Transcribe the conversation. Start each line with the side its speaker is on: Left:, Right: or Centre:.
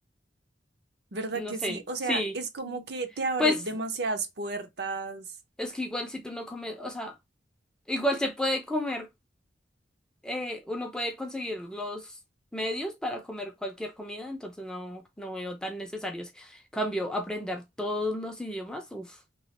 Right: ¿Verdad
Centre: No
Right: que
Centre: sé,
Right: sí? O sea,
Centre: sí.
Right: es como que te abre
Centre: Pues
Right: demasiadas puertas.
Centre: es que igual si tú no comes, o sea, igual se puede comer, eh, uno puede conseguir los medios para comer cualquier comida, entonces no, no veo tan necesario. Cambio, aprender todos los idiomas, uff,